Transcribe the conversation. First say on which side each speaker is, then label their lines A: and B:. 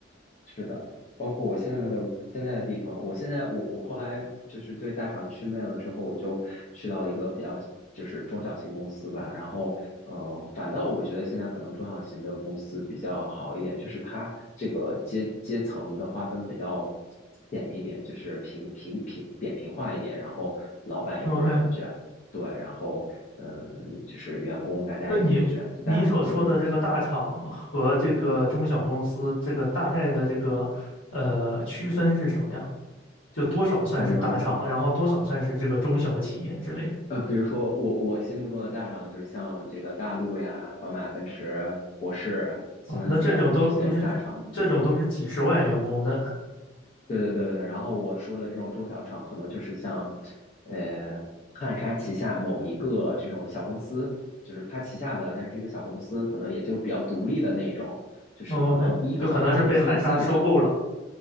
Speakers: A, on the left (about 40°); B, on the left (about 80°).
A: 是的，包括我现在的现在的地方，我现在我我后来就是对大厂祛魅了之后，我就去到了一个比较就是中小型公司吧，然后呃，反倒我觉得现在可能中小型的公司比较好一点，就是它这个阶阶层的划分比较扁一点，就是平平平扁平化一点，然后老板也不是很卷，
B: OK，
A: 对，然后嗯，呃就是员工大家也都不卷，
B: 那你你所说的这个大厂和这个中小公司，
A: 就大家都是
B: 这个大概的这个呃区分是什么呀？就多少算是大厂，
A: 可能。
B: 然后多少算是这个中小企业之类的
A: 呃，比如说我我心目中的大厂就是像这个大陆呀、宝马、奔驰、博世、西门子这些是大厂。
B: 哦，那这种都都是这种都是几十万员工的
A: 对对对对，然后我说的这种中小厂，可能就是像，呃，汉莎旗下某一个这种小公司，就是它旗下的，但是一个小公司，可能也就是比较独立的那种，就是可能依靠大公司的资源，
B: ，OK，就可能是被汉莎收购了。